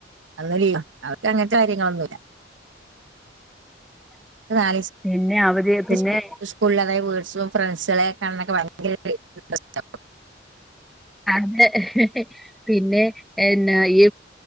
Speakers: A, on the right; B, in the centre.
A: അന്ന ലീ അവർക്ക് അങ്ങനത്തെ കാര്യങ്ങളൊന്നുമില്ല നാലീസം
B: പിന്നെ അവധി
A: <unintelligible>
B: പിന്നെ
A: സ്കൂളിൽതായ വേർഡ്‌സും ഫ്രണ്ട്സു ളെക്കണൊക്കെ ഭയങ്കര ഇൻട്രസ്റ്റ് ആകും
B: അന്ന് ഹി ഹി പിന്നെ എന്നാ ഈ